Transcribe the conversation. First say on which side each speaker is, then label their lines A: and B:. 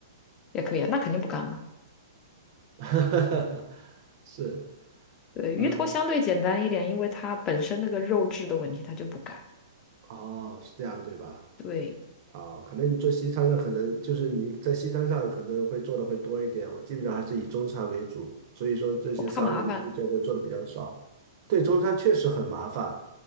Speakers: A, on the left; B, on the right.
A: 也可以啊。那肯定不干了。
B: <laughs> 是，
A: 对，鱼头相对简单一点，
B: 嗯，
A: 因为它本身那个肉质的问题，它就不干。
B: 哦，是这样对吧？
A: 对，
B: 啊，可能你做西餐的，可能就是你在西餐上可能会做的会多一点。我基本上还是以中餐为主，所以说这些三文鱼这个做的比较少。
A: 我怕麻烦。
B: 对，中餐确实很麻烦，